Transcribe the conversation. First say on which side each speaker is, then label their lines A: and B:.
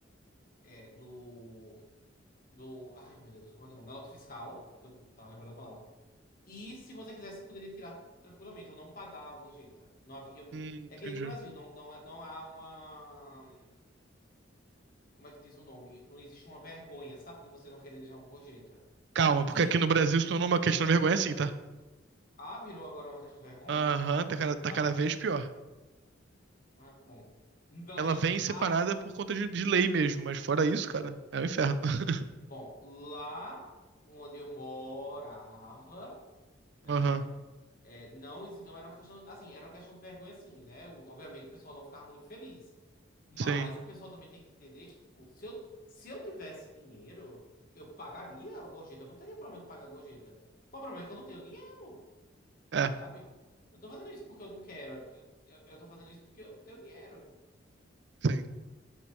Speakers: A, on the left (about 45°); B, on the right (about 60°).
A: é, do, do, ai meu Deus, como é que é o nome? Da nota fiscal, é porque eu não tava lembrando a palavra. E se você quisesse, você poderia tirar tranquilamente, ou não pagar a gorjeta. Não havia,
B: Hum, entendi.
A: é que nem no Brasil, não, não, é, não há uma, como é que diz o nome? Não existe uma vergonha, sabe, de você não querer deixar uma gorjeta.
B: Calma, porque
A: E
B: aqui no Brasil se tornou uma questão de vergonha assim, tá?
A: Ah, virou agora uma caixa de vergonha?
B: Aham,
A: Ah,
B: tá cada, tá
A: tá.
B: cada vez pior.
A: Ah, bom. Pelo
B: Ela
A: menos,
B: vem separada
A: ah,
B: por conta de, de lei mesmo, mas fora
A: sim.
B: isso, cara, é o inferno. <laughs>
A: Bom, lá onde eu morava, né?
B: Aham,
A: é, não, exi- não era uma questão. Assim, era uma questão de vergonha, assim, né? O- obviamente o pessoal não ficava muito feliz. Mas
B: sim.
A: o pessoal também tem que entender que, tipo, se eu, se eu tivesse dinheiro, eu pagaria a gorjeta. Eu não teria problema de pagar a gorjeta. O problema é que eu não tenho dinheiro.
B: É,
A: sabe? Eu não tô fazendo isso porque eu não quero. Eu, eu, eu tô fazendo isso porque eu não tenho dinheiro.
B: sim.